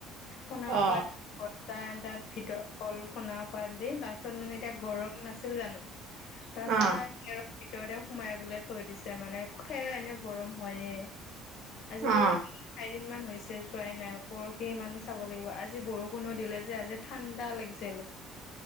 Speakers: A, on the left; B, on the right.
A: শুনা
B: অ
A: পাৰ তাত ভিতৰত কল সোণাৰ পাত দি বাছত মানে এতিয়া গৰম নাছিল জানো তাৰপিছত
B: অ
A: খৰৰ ভিতৰতে সোমাই বলে থৈ দিছে মানে খেৰ এনে গৰম হয়য়ে। আজি
B: অ
A: তিনি-চাৰিদিনমান হৈছে। চোৱাই নাই পৰহি ইমান চাব লাগিব। আজি বৰষুণো দিলে যে আজি ঠাণ্ডা লাগিছিল। হয়।